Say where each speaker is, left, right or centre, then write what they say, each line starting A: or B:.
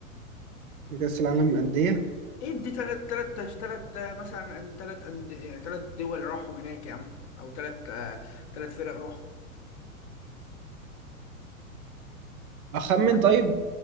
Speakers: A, on the right; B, on the left.
A: كأس العالم للأندية
B: ادي تلات تلات تلات آه، مثلا أن- تلات أند- يعني تلات دول راحوا هناك يا عم او تلات آه، تلات فرق راحوا
A: أخمن
B: عموما
A: طيب